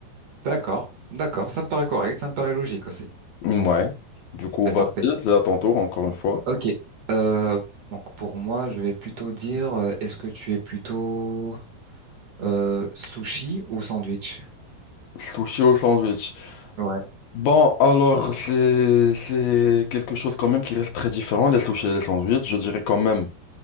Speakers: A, on the right; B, on the left.
A: D'accord. D'accord. Ça me paraît correct. Ça me paraît logique aussi.
B: Ouais. Du coup,
A: C'est
B: vas-y,
A: parfait.
B: c'est à ton tour, encore une fois.
A: Ok. Euh, donc pour moi, je vais plutôt dire, euh, est-ce que tu es plutôt euh, sushi ou sandwich?
B: Sushi au sandwich.
A: Ouais,
B: Bon, alors, c'est, c'est quelque chose quand même qui reste très différent, les sushis et les sandwichs. Je dirais quand même.